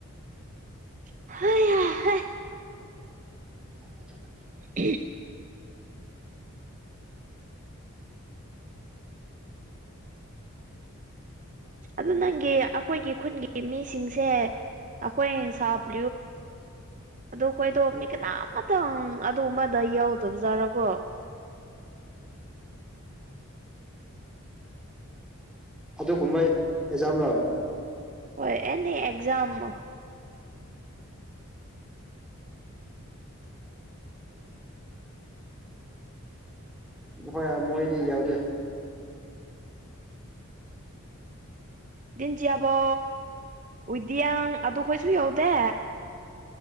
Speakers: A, on the right; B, in the centre.
A: ꯍ ꯍ
B: <inaudible>
A: ꯑꯦ ꯑꯗꯨ ꯅꯪꯒꯤ ꯑꯩꯈꯣꯏꯒꯤ ꯈꯨꯟꯒꯤ ꯃꯤꯁꯤꯡꯁꯦ ꯑꯩꯈꯣꯏꯡ ꯁꯥꯕ꯭ꯨ ꯑꯗꯣ ꯍꯣꯏꯗꯣ ꯃꯤ ꯀꯅꯥꯝ ꯑꯃꯇꯪ ꯑꯗꯨ ꯑꯃꯗ ꯌꯥꯎꯗꯕꯖꯥꯠꯔꯣꯀꯣ
B: ꯑꯗꯨꯒꯨꯝꯕ ꯑꯦꯛꯖꯥꯝ ꯂꯧꯋꯏ
A: ꯍꯣꯏ ꯑꯦꯅꯤ ꯑꯦꯛꯖꯝ
B: ꯍꯣꯏ ꯃꯣꯏꯗꯤ ꯌꯥꯎꯗꯦ
A: ꯗꯤꯤꯟꯖꯤꯌꯥꯕꯣ ꯎꯏꯗꯤꯌꯥꯡ ꯑꯗꯨ ꯈꯣꯏꯁꯨ ꯌꯧꯗꯦ